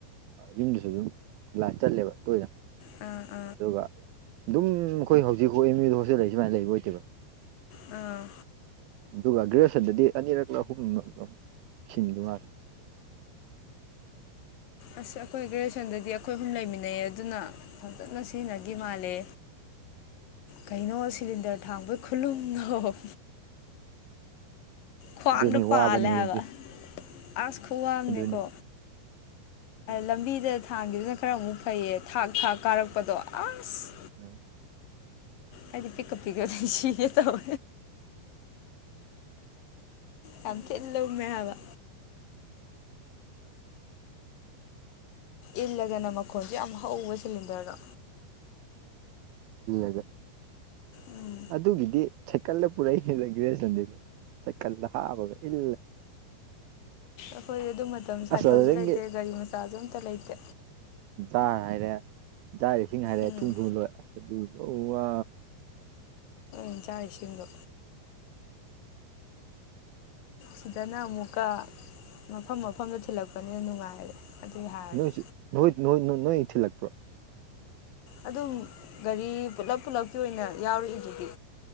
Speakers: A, on the right; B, on the left.
A: ꯌꯨꯝꯗꯨꯁꯨ ꯑꯗꯨꯝ ꯂꯥ ꯆꯠꯂꯦꯕ ꯇꯣꯏꯅ
B: ꯑ
A: ꯑꯗꯨꯒ ꯑꯗꯨꯝ ꯑꯩꯈꯣꯏ ꯍꯧꯖꯤꯛ ꯍꯥꯎ ꯑꯦꯝ ꯌꯨꯗ ꯍꯣꯁꯇꯦꯜ ꯂꯩ ꯁꯨꯃꯥꯏꯅ ꯂꯩꯕ ꯑꯣꯏꯇꯦꯕ
B: ꯑꯥ
A: ꯑꯗꯨꯒ ꯒ꯭ꯔꯦꯖꯨꯦꯁꯟꯗꯗꯤ ꯑꯅꯤꯔꯛ ꯑꯍꯨꯝ ꯁꯤꯟꯈꯤꯕ ꯃꯥꯂꯦ
B: ꯑꯁ ꯑꯩꯈꯣꯏ ꯒ꯭ꯔꯦꯖꯨꯌꯦꯁꯟꯗꯗꯤ ꯑꯩꯈꯣꯏ ꯑꯍꯨꯝ ꯂꯩꯃꯤꯟꯅꯩꯌꯦ ꯑꯗꯨꯅ ꯐꯖꯅ ꯁꯤꯖꯤꯟꯅꯈꯤ ꯃꯥꯜꯂꯦ ꯀꯩꯅꯣ ꯁꯤꯂꯤꯟꯗꯔ ꯊꯥꯡꯕꯩ ꯈꯨꯂꯨꯝꯅꯣ ꯈꯨ꯭ꯡꯗ
A: ꯑꯗꯨꯅꯤ ꯋꯥꯕꯅꯤ
B: ꯄ ꯂꯦꯕ
A: ꯑꯗꯨꯗꯤ
B: ꯑꯁ ꯈꯣꯍꯅꯤꯀꯣ
A: ꯑꯗꯨꯅꯤ ꯎꯝ
B: ꯂꯝꯕꯤꯗ ꯊꯥꯡꯒꯤꯗꯨꯅ ꯈꯔ ꯑꯃꯨꯛ ꯐꯩꯌꯦ ꯊꯥꯛ ꯊꯥꯛ ꯀꯥꯔꯛꯄꯗꯣ ꯑꯁ
A: ꯑꯝ
B: ꯍꯥꯏꯗꯤ ꯄꯤꯛꯀꯞ ꯄꯤꯛꯒꯗ ꯁꯤꯒꯦ ꯇꯧ ꯌꯥꯝ ꯊꯤꯠ ꯂꯧꯃꯦ ꯍꯥꯏꯕ ꯏꯜꯂꯒꯅ ꯃꯈꯣꯟꯁꯦ ꯌꯥꯝ ꯍꯧꯕ ꯁꯤꯂꯤꯟꯗꯔꯗꯣ
A: ꯏꯒ
B: ꯎꯝ
A: ꯑꯗꯨꯒꯤꯗꯤ ꯁꯥꯏꯀꯜꯗ ꯄꯨꯔꯛꯖꯈꯤꯕꯔꯦ ꯁꯟꯗꯦ ꯁꯥꯏꯀꯜꯗ ꯍꯥꯕꯒ ꯏꯜ
B: ꯑꯩꯈꯣꯏ ꯑꯗꯨ ꯃꯇꯝ ꯁꯥꯏꯀꯜꯁꯨ
A: ꯑꯁ ꯑꯗꯨꯗꯒꯤ
B: ꯂꯩꯇꯦ ꯒꯥꯔꯤ ꯃꯆꯥꯁꯨ ꯑꯝꯇ ꯂꯩꯇꯦ
A: ꯖꯥꯔ ꯍꯥꯏꯔꯦ ꯖꯥꯔ ꯏꯁꯤꯡ ꯍꯥꯏꯔꯦ
B: ꯎꯝ
A: ꯊꯨꯡ ꯊꯨ ꯂꯣꯏ ꯑꯁ ꯋꯥ
B: ꯏ ꯆ ꯏꯁꯤꯗꯨꯣ ꯁꯤꯗꯅ ꯑꯃꯨꯛꯀ ꯃꯐꯝ ꯃꯐꯝꯗ ꯊꯤꯜꯂꯛꯄꯅꯤꯅ ꯅꯨꯡꯉꯥꯏꯔꯦ ꯑꯗꯨꯏ ꯍꯥꯏꯔꯗꯤ
A: ꯅꯣꯏꯁꯨ ꯅꯣꯏ ꯅꯣꯏ ꯅꯣꯏ ꯏ ꯊꯤ ꯂꯥꯛꯄ꯭ꯔꯣ
B: ꯑꯗꯨꯝ ꯒꯥꯔꯤ ꯄꯨꯂꯞ ꯄꯨꯂꯞꯀꯤ ꯑꯣꯏꯅ ꯌꯥꯎꯔꯛꯏꯗꯨꯗꯤ